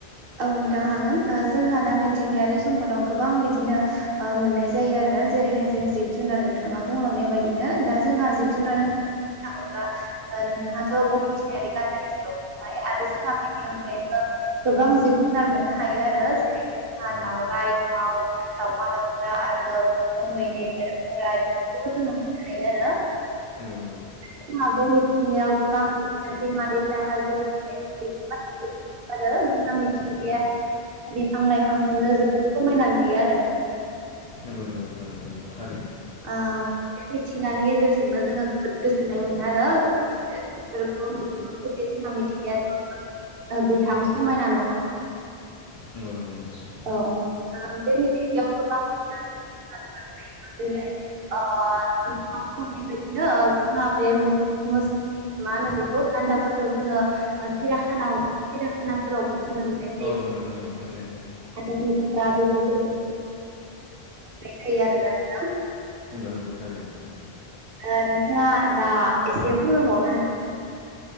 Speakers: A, on the right; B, on the left.
A: औ नोंथां हागोन ओ जोंहा दा
B: औ
A: मिथिंगायारि सम्पदआव गोबां बिदिनो ओ मोननाय जायो आरो ना जेरैहाय जों जिब जुनार नोंथाङा बुंलांनाय बायदिनो दा जो जोंहा
B: औ
A: जिब
B: नंगौ
A: जुनार होननानै बुंनो थाङोब्ला ओ नोंथाङाथ' गं थसेयारि गान्दानि सायाव फबाय आरो जो जोंहा बेनि अनगायैबो गोबां जिबफ्रा मोननो हायो आरो जेरैहाय मा दावराय
B: नंगौ औ नंगौ
A: दाव दावमा दाउ दा आरो बिदिनो मैदेर बोराइ बेफोरखौबो जोङो मोननो हायो आरो
B: नंगौ नंगौ
A: जोंहा बे मिथिंगायाव गोबां बिदिनो दैमा दैसा हाजो हायेन आरो जोंना मिथिंगाया
B: नंगौ नंगौ
A: बिफां लाइफांजोंनो जोबोद समायना नुयो आरो ना
B: नंगौ नंगौ नोंथां नंगौ नंगौ थारैनो
A: ओ बे मिथिंगानि गेजेरजोंनो जोङो जोबोद गोजोननाय मोनो आरो ओ बेफोरखौ नुल्बा जाथे जोंहा मिथिंगाथ' गोथां
B: नंगौ
A: समायना
B: नंगौ
A: नङा
B: नंगौ नंगौ नोंथां
A: औ ओ बे मिथिंगायाव गोबां थायो जेरै ओ नो जोंहा ओ बे मोग मोस मा होनो बेखौ गान्दाफोरखौ जोङो ओ सिराखानाव सिराखानाफोरावबो जोङो नुनाय
B: औ नंगौ नंगौ थारैनो
A: ारा ओ नुनाय जायो आरोना नोंथां
B: नंगौ नंगौ थारै नोंगौ
A: ओ नोंथाङा दा एसे फोरमायबावनो हागोन